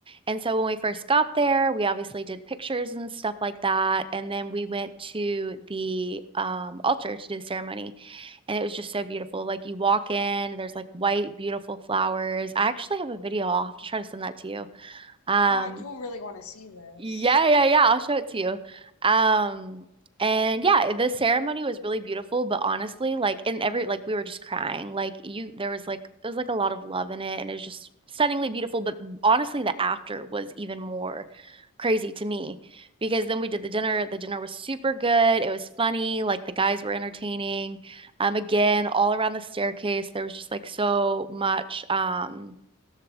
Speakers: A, on the right; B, on the left.
A: And so when we first got there, we obviously did pictures and stuff like that. And then we went to the um, altar to do the ceremony. And it was just so beautiful. Like you walk in, there's like white, beautiful flowers. I actually have a video. I'll have to try to send that to you. Um,
B: Oh, I do really want to see this.
A: yeah, yeah, yeah. I'll show it to you. Um, and yeah, the ceremony was really beautiful, but honestly, like in every like we were just crying. Like you there was like there was like a lot of love in it and it was just stunningly beautiful, but honestly the after was even more crazy to me because then we did the dinner. The dinner was super good. It was funny, like the guys were entertaining. Um, again, all around the staircase, there was just like so much um